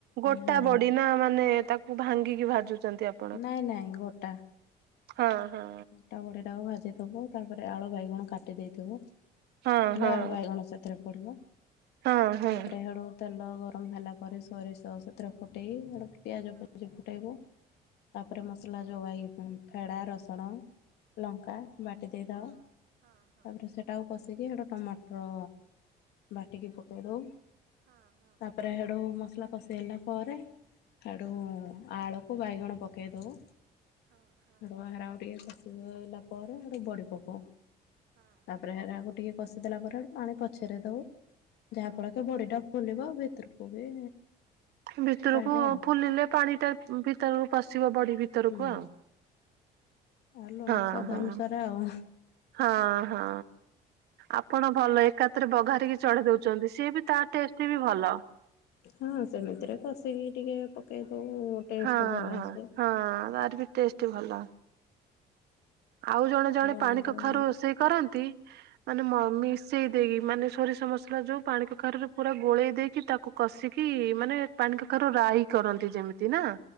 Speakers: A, on the right; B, on the left.
A: ଗୋଟା
B: ହଁ
A: ବଡି ନା ମାନେ ତାକୁ ଭାଙ୍ଗିକି ଭାଜୁଛନ୍ତି ଆପ
B: ନାଇଁ ନାଇଁ ଗୋଟା।
A: ହଁ ହଁ।
B: ଗୋଟା ବଡ଼ିଟାକୁ ଭାଜି ଦେବ ତାପରେ ଆଳୁ ବାଇଗଣ କାଟି ଦେଇଥିବ
A: ହଁ
B: ଖାଲି
A: ହଁ
B: ଆଳୁ ବାଇଗଣ ସେଥିରେ ପଡ଼ିବ
A: ହଁ ହଁ।
B: ତାପରେ ହିଆଡ଼ୁ ତେଲ ଗରମ ହେଲା ପରେ ସୋରିଷ ସେଥିରେ ଫୁଟେଇ ହେଟୁ ପିଆଜ <unintelligible> ଫୁଟେଇବ। ତାପରେ ମସଲା ଯୋଉ ଫେଡା ରସୁଣ। ଲଙ୍କା ବାଟି ଦେଇ ଦବ ତାପରେ ସେ ତାକୁ କଷିକି ହେଟା ଟମାଟର ବାଟିକି ପକେଇ ଦେଉ। ତାପରେ ସେଡୁ ମସଲା କଷି ହେଲା ପରେ ସେଡୁ ଆଳୁ କୁ ବାଇଗଣ ପକାଇ ଦେବୁ ହେଟୁ ହେରାକୁ ଟିକେ କଷିଗଲା ପରେ ହେଇଠୁ ବଡି ପକଉ ତାପରେ ହେରାକୁ ଟିକେ କଷିଦେଲା ପରେୁ ପାଣି ପଛରେ ଦଉ ଯାହା ଫଳ କି ବଡି ଟା ଫୁଲିବ ଭିତରକୁ ବି
A: ଭିତରକୁ
B: ପାଇବ ଆଉ।
A: ଫୁଲିଲେ ପାଣି ଟା ଭିତରକୁ ପଶିବ ବଢି ଭିତରକୁ
B: ହୁଁ
A: ଆଉ।
B: ଆଉ ଲୁଣ
A: ହଁ
B: ସ୍ୱାଦ
A: ହଁ
B: ଅନୁସାରେ ଆଉ।
A: ହଁ ହଁ। ଆପଣ ଭଲ ଏକାତରେ ବଘାରିକି ଚଢେଇ ଦଉଛନ୍ତି ସେ ବି ତା ଟେଷ୍ଟ ବି ଭଲ।
B: ହଁ ସେମିତିରେ କସିକି ଟିକେ ପକେଇ ଦଉ ଟେଷ୍ଟ
A: ହଁ
B: ଭଲ
A: ହଁ
B: ଆସେ।
A: ହଁ ତାର ବି ଟେଷ୍ଟ ଭଲ। ଆଉ ଜଣେ ଜଣେ
B: ଆମର
A: ପାଣି କଖାରୁ
B: ହୁଁ
A: ରୋଷେଇ କରନ୍ତି ମାନେ ମ ମିସ ସେଇ ଦେଇକି ମାନେ ସୋରିଷ ମସଲା ଯେଉଁ ପାଣି କଖାରୁରେ ପୁରା ଗୋଳେଇ ଦେଇକି ତାକୁ କଷିକି ମାନେ ପାଣି କଖାରୁ ରାଇ କରନ୍ତି ଯେମିତି ନା।